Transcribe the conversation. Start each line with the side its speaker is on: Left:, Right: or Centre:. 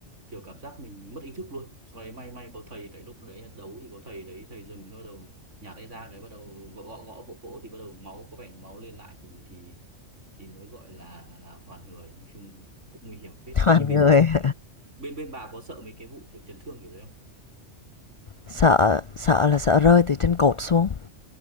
Right: kiểu cảm giác mình mất ý thức luôn sau đấy may may có thầy tại lúc đấy là đấu thì có thầy đấy thầy dừng bắt đầu nhả tay ra cái bắt đầu gõ gõ gõ vỗ vỗ thì bắt đầu máu có vẻ như máu lên lại thì thì thì mới gọi là, là hoàn người nói chung cũng nguy hiểm phết
Left: toàn
Right: như bên
Left: người
Right: ừ.
Left: <laughs>
Right: bên bên bà có sợ mấy cái vụ kiểu chấn thương kiểu đấy không
Left: sợ sợ là sợ rơi từ trên cột xuống.